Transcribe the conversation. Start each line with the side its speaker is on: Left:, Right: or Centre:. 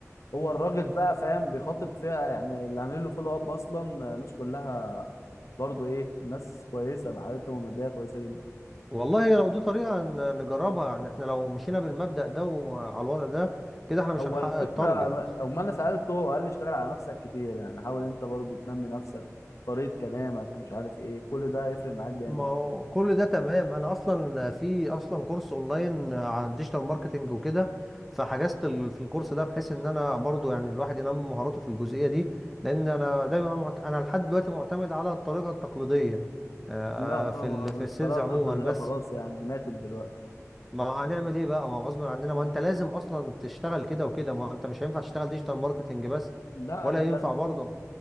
Left: هو الراجل بقى فاهم بيخاطب فئة يعني اللي عاملين له فولو اب اصلا آه، ناس كلها برضو ايه ناس كويسة معادتهم المادية كويسة جدا
Centre: والله لو دي طريقة ن- نجربها يعني احنا لو مشينا بالمبدأ ده وعلى الوضع ده كده احنا مش
Left: هو
Centre: هنحقق
Left: الفكرة
Centre: التارجت
Left: أما أنا سألته هو قال لي اشتغل على نفسك كتير يعني حاول أنت برضو تنمي نفسك طريقة كلامك مش عارف إيه كل ده هيفرق معاك جامد
Centre: ما هو
Left: يعني.
Centre: كل ده تمام انا اصلا في اصلا كورس اونلاين عن ديجيتال ماركتنج وكده فحجزت ال- في الكورس ده بحيث ان انا برضو يعني الواحد ينمي مهاراته في الجزئية دي لان انا دايما معت- انا لحد دلوقتي معتمد على الطريقة التقليدية آه،
Left: لا طبعا
Centre: في ال- في
Left: الطريقة
Centre: السيلز
Left: التقليدية
Centre: عموما بس
Left: خلاص يعني ماتت دلوقتي
Centre: ما هو هنعمل ايه بقى ما هو غصب عننا ما انت لازم اصلا تشتغل كده وكده ما هو انت مش هينفع تشتغل ديجيتال ماركتنج بس
Left: لا
Centre: ولا
Left: أنت
Centre: ينفع برضه